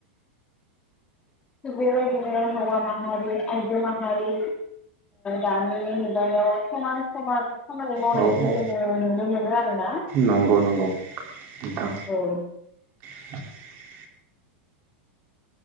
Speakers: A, on the left; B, on the right.
A: थिग बेबायदिनो हौवा माहारि आइजो माहारि दानि मुगायाव समान समान खामानि मावनायखौ
B: औ औ
A: जोङो नुनो मोनो आरो ना
B: नंगौ नंगौ नोंथां
A: औ।
B: <inaudible>